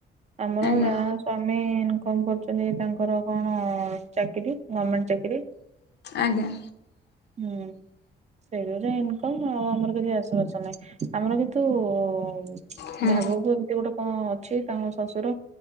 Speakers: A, on the right; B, on the left.
A: ଆମର
B: ଆଜ୍ଞା
A: ଯାହା ସ୍ୱାମୀ ଇନକମ କରୁଛନ୍ତି ତାଙ୍କର କଣ ଚାକିରୀ ଗଭମେଣ୍ଟ ଚାକିରୀ।
B: ଆଜ୍ଞା।
A: ହୁଁ। ସେଇ ଯ ଇନକମ ଆ ଆମର କିଛି ଆସଛ ନାହିଁ ଆମର କିନ୍ତୁ ହ
B: ହଁ
A: ଭାବକୁ ଏମିତି ଗୋଟେ କଣ ଅଛି ତାଙ୍କ ଶଶୁର